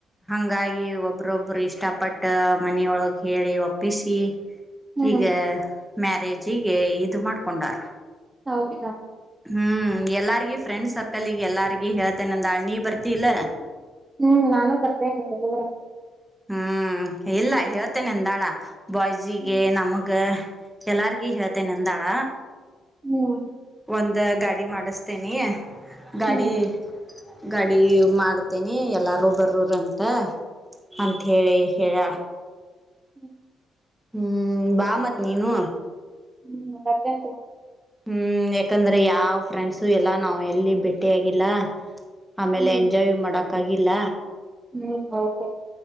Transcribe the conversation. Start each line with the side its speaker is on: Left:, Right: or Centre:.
Centre: ಹಂಗಾಗಿ ಒಬ್ಬ್ರೊಬ್ರು ಇಷ್ಟಪಟ್ಟ ಮನೆಯೊಳಗೆ ಹೇಳಿ ಒಪ್ಪಿಸಿ ಈಗ
Right: ಹ್ಮ್
Centre: ಮ್ಯಾರೇಜ ಈ ಗೆ ಇದು ಮಾಡ್ಕೊಂಡಾರ.
Right: ಹೌದಾ
Centre: ಹ್ಮ್ ಎಲ್ಲಾರಿಗ ಫ್ರೆಂಡ್ ಸರ್ಕಲ್ಗೆ ಎಲ್ಲಾರ್ಗ ಹೇಳ್ತೇನೆ ಅಂದ ಅಳ್ನಿ ಬರ್ತ ಇಲ
Right: ಹ್ಮ್ ನಾನು ಬರ್ತೇನೆ ನೀ ಎಲ್ಲಗರೆ
Centre: ಹ್ಮ್ ಇಲ್ಲ ಹೇಳ್ತೇನೆಂದಾಳ. ಬಾಯ್ಸಿಗೆ
Right: ಹ್ಮ್
Centre: ನಮಗೆ ಎಲ್ಲಾರ್ಗಿ ಹೇಳ್ತೆೇನೆಂದಾಳ.
Right: ಹ್ಮ್
Centre: ಒಂದ ಗಾಡಿ ಮಾಡಿಸ್ತೇನಿ. ಗಾಡಿ
Right: ಹ್ಮ್
Centre: ಗಾಡಿ ಮಾಡ್ತೇನಿ ಎಲ್ಲಾರು ಬರೂರಂತ. ಅಂತ ಹೇಳಿ ಕೆರ
Right: ಹ್ಮ್
Centre: ಹ್ಮ್ ಬಾ ಮತ್ ನೀನು
Right: ಹ್ಮ್ ಬರ್ತಂತು
Centre: ಹ್ಮ್ ಯಾಕಂದ್ರೆ ಯಾವ್ ಫ್ರೆಂಡ್ಸು ಎಲ್ಲಾ ನಾವ್ ಎಲ್ಲಿ ಭೇಟ್ಟಿಯಾಗಿಲ್ಲ. ಆಮೇಲೆ
Right: ಹ್ಮ್
Centre: ಎಂಜಾಯ್ ಮಾಡಕ್ ಅಗಿಲ್ಲ
Right: ಹ್ಮ್ ಹೌದು